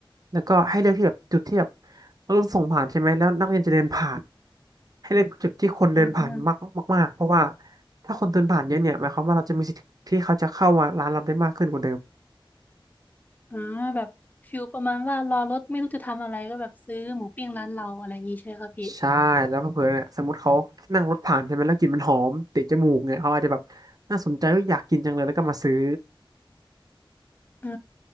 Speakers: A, on the right; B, on the left.
A: แล้วก็ให้เลือกที่แบบจุดที่แบบรถรับส่งผ่านใช่ไหมแล้วนักเรียนจะเดินผ่านให้เลือกจุดที่คนเดินผ่านมากมากๆเพราะว่า
B: อ่า
A: ถ้าคนเดินผ่านเยอะเนี่ยหมายความว่าเราจะมีสิทธิ์ที่เขาจะเข้ามาร้านเราได้มากขึ้นกว่าเดิม
B: อ่าแบบฟิลประมาณว่ารอรถไม่รู้จะทำอะไรก็แบบซื้อหมูปิ้งร้านเราอะไรอย่างนี้ใช่ไหมคะพี่
A: ใช่แล้วเผื่อๆเนี่ยสมมติเขานั่งรถผ่านใช่ไหมแล้วกลิ่นมันหอมติดจมูกเนี่ยเขาอาจจะแบบน่าสนใจว่าอยากกินจังเลยแล้วก็มาซื้อ
B: อ่า